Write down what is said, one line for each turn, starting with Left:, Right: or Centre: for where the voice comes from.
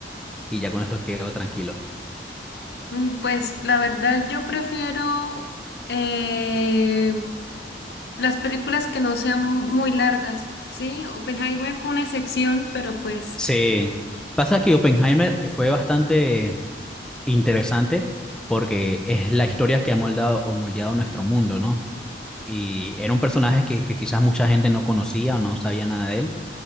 Centre: y ya con eso quedo tranquilo.
Left: Mm, Pues la verdad yo prefiero eh, las películas que no sean muy largas, ¿sí? Oppenheimer fue una excepción, pero pues
Centre: Sí. Pasa que Oppenheimer fue bastante interesante porque es la historia que ha moldado o moldeado nuestro mundo, ¿no? Y era un personaje que, que quizás mucha gente no conocía o no sabía nada de él,